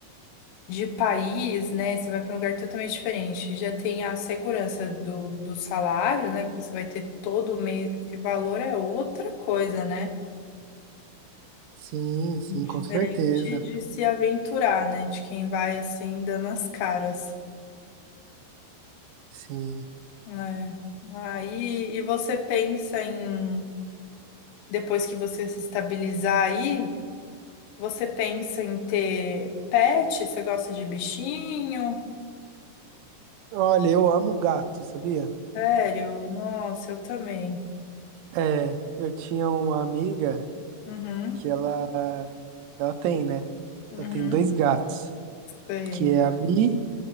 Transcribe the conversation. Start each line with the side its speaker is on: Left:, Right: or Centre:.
Left: de país, né? Você vai para um lugar totalmente diferente. Já tem a segurança do, do salário, né? Que você vai ter todo mês. Esse valor é outra coisa, né?
Right: Sim, sim,
Left: Diferente
Right: com certeza.
Left: de se aventurar, né? De quem vai assim dando as caras.
Right: Sim.
Left: É. Aí, e você pensa em, depois que você se estabilizar aí, você pensa em ter pet? Você gosta de bichinho?
Right: Olha, eu amo gato, sabia?
Left: Sério? Nossa, eu também.
Right: É, eu tinha uma amiga
Left: Uhum,
Right: que ela, ela tem, né?
Left: uhum,
Right: Ela tem dois gatos,
Left: sei.
Right: que é a Mi